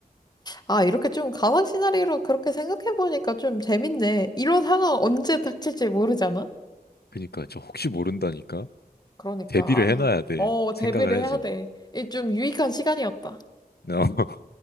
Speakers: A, on the left (about 25°); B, on the left (about 80°).
A: 아, 이렇게 좀 가상 시나리오로 그렇게 생각해보니까 좀 재밌네. 이런 상황 언제 닥칠지 모르잖아?
B: 그니까, 저 혹시 모른다니까?
A: 그러니까,
B: 대비를
A: 아,
B: 해놔야 돼.
A: 어,
B: 생각을
A: 대비를
B: 해서.
A: 해야 돼. 이 좀 유익한 시간이었다.
B: <laughs>